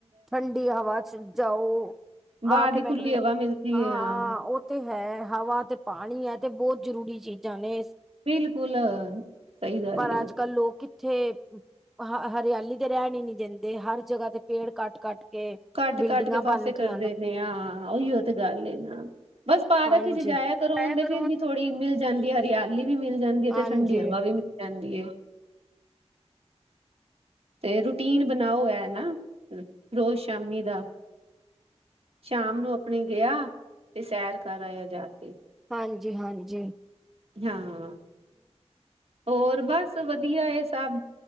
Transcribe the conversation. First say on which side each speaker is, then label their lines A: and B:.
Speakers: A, in the centre; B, on the right.
A: ਠੰਡੀ ਹਵਾ ਚ ਜਾਓ।
B: ਬਾਹਰ
A: ਆ
B: ਦੀ
A: ਕੇ ਮੈਂ
B: ਖੁੱਲੀ
A: ਏਕ ਦੇਣਾ
B: ਹਵਾ ਮਿਲਦੀ
A: ਆ
B: ਹੈ ਹਾਂ
A: ਤੇ ਹੈ ਹਵਾ ਤੇ ਪਾਣੀ ੲੈ ਤੇ ਬੋਤ ਜਰੂਰੀ ਚੀਜ਼ਾਂ ਨੇ ਸ-
B: ਬਿਲਕੁਲ ਸਹੀ ਗੱਲ
A: ਪਰ
B: ਏ
A: ਅੱਜ-ਕੱਲ ਲੋਕ ਕਿੱ। ਥੇ, ਹ ਹਰਿਆਲੀ ਤੇ ਰੈਣ ਈ ਨੀ ਦਿੰਦੇ, ਹਰ ਜਗਾ ਤੇ ਪੇੜ ਕੱਟ-ਕੱਟ ਕੇ
B: ਕੱਟ-ਕੱਟ
A: ਬਿਲਡਿੰਗਾਂ
B: ਕੇ ਪਾਸੇ
A: ਬਣ
B: ਕਰਦੇ
A: ਗਈਆਂ
B: ਨੇ, ਆਂ ਓਈ ਓ ਤੇ ਗੱਲ ਏ ਨਾ। ਬਸ ਪਾਰਕ
A: ਹਾਂਜੀ
B: ਚ ਜਾਯਾ ਕਰੋ,
A: ਹੈ
B: ਓਦੇ
A: ਕੋਈ
B: ਚ ਈ ਅਣੀ ਥੋੜੀ ਮਿਲ ਜਾਂਦੀ ਐ ਹਰਿ ਲੀ ਵੀ ਮਿਲ ਜਾਂਦੀ ੲੈ
A: ਹਾਂਜੀ,
B: ਤੇ ਠੰਡੀ ਹਵਾ ਵੀ ਮਿਲ ਜਾਂਦੀ ਏ। ਤੇ ਰੂਟੀਨ ਬਣਾਓ ੲੈ ਨਾ, ਰੋਜ਼ ਸ਼ਾਮੀ ਦਾ। ਸ਼ਾਮ ਨੂੰ ਅਪਣੇ ਗੇਆ, ਤੇ ਸੈਰ ਕੱਰ ਆਏਆ ਜਾ ਕੇ
A: ਹਾਂਜੀ-ਹਾਂਜੀ।
B: ਹਾਂ, ਹੋਰ ਬੱਸ ਵਧੀਆ ਏ ਸੱਭ।